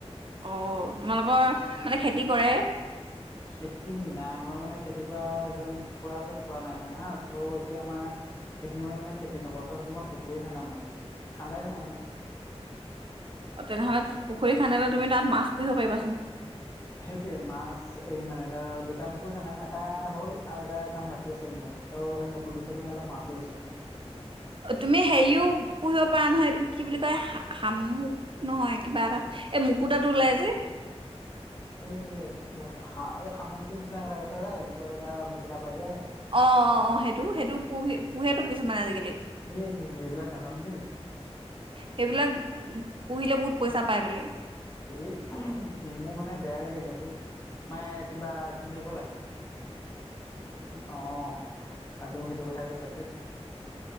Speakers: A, on the right; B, on the left.
A: অ', তোমালোকৰ মানে খেতি কৰে?
B: খেতি নাই আমাৰ মানে খেতি কৰা এজন খুৰা আছে খুৰা নাই মানে হা চ' এতিয়া আমাৰ সেইখিনি মানে মে খেতি নকৰো তো সেইটো মই পুখুৰী খান্দাম মানে খান্দাইছো মানে।
A: অ', তেনেহ'লে পুখুৰী খান্দে তুমি তাত মাছ পুহিব পাৰিবাচোন।
B: সেইটোয়ে মাছ এই মানে এ দুটা পুখুৰী খান্দাম এটা হ'ল আৰু এটা কাম বাকী আছে মানে। অলপ সেই নতুনতে মানে অলপ মাছ আহিছে ম
A: তুমি হেৰিও পুহিব পৰা নহয় এইটো কি বুলি কয় শামুক নহয় কিবা এটা এ মুুকুতাতো ওলাই যে।
B: <inaudible> এই কি কয়া এই শামুকটোৰ নিচিনা কথা কৈছা যে যিটো এটা মুকুটা পাই যে।
A: অ', অ', অ', সেইটো, সেইটো পুহি পোহেতেতটো কিছুমান আজিকালি।
B: এই সেইবিলাক নাজানো দেই
A: সেইবিলাক পুহিলে বহুত পইচা পায় বোলে।
B: সেঘি মোৰ মানে বেয়াই লাগে এইবিলাক দেই মানে কিবা ঘি দিব লাগে। অ', আৰু তুমি সেইটো কথাই কৈছা ত